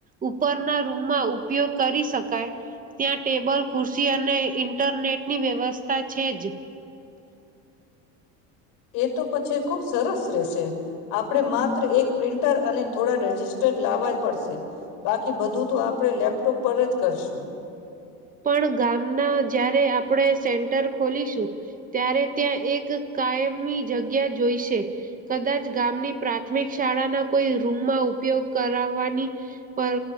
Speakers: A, on the right; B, on the left.
A: ઉપરના રૂમમાં ઉપયોગ કરી શકાય ત્યાં ટેબલ ખુરશી અને ઇન્ટરનેટ ની વ્યવસ્થા છે, જ.
B: એ તો પછી ખુબ સરસ રહેશે. આપણે માત્ર એક પ્રિન્ટર અને થોડા રજિસ્ટર લાવવા જ પડશે બાકી બધું તો આપણે લેપટોપ પર જ કરશું.
A: પણ ગામના જારે આપણે સેન્ટર ખોલીશું ત્યારે ત્યાં એક કાયમી જગ્યા જોઈશે કદાચ ગામની પ્રાથમિક શાળાના કોઈ રૂમમાં ઉપયોગ કરાવવાની પર